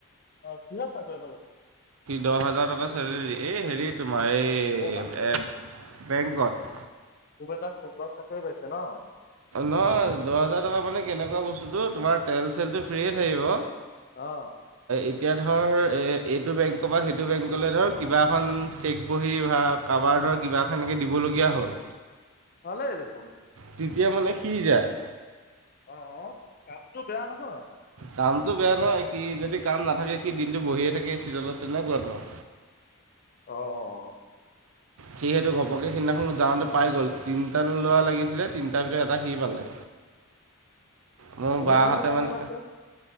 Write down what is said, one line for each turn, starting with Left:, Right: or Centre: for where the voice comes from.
Left: অ কিহৰ চাকৰি পালে।
Right: দহ হাজাৰ টকা চেলেৰী এই হেৰি তোমাৰ এই
Left: অ মাই গড
Right: বেংকত।
Left: খোব এটা সুন্দৰ চাকৰি পাইছে ন।
Right: নহয় দহ হোজাৰ টকা মানে কেনেকুৱা বস্তুটো তোমাৰ তেল চেলটো ফ্ৰে থাকিব।
Left: অ
Right: এতিয়া ধৰ এইটো বেংকৰ পৰা সেইটো বেংকলৈ ধৰ কিবা এখন চেক বহি বা কাৰোবাৰ ধৰ কিবা এনেকৈ দিবলগীয়া হ'ল।
Left: ভালেই দেখোন।
Right: তেতিয়া মানে সি যায়।
Left: অ অ কামটো বেয়া নহয়।
Right: কামটো বেয়া নহয় সি যদি কাম নাথাকে সি দিনটো বহিয়ে থাকে <unintelligible> তেনেকুৱা ধৰ।
Left: অ অ'
Right: সিহেটো ঘপককে সেইদিনাখন যাওঁতে পাই গ'ল তিনিটান লোৱা লাগিছিলে তিনিটাৰ ভিতৰত এটা সি পালে। মোৰ
Left: কোনে
Right: বাহঁতে
Left: কোনে পালে
Right: মানে
Left: কৈছে <unintelligible>